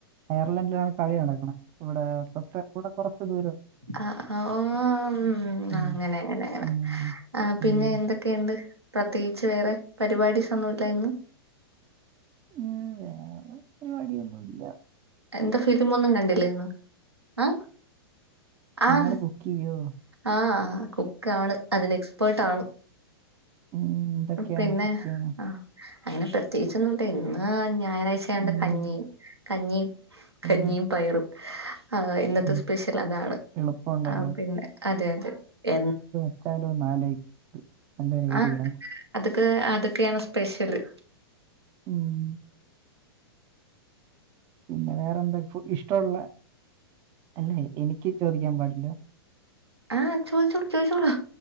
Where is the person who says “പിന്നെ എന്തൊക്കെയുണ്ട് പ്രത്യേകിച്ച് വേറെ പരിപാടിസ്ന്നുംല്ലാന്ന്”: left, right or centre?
Right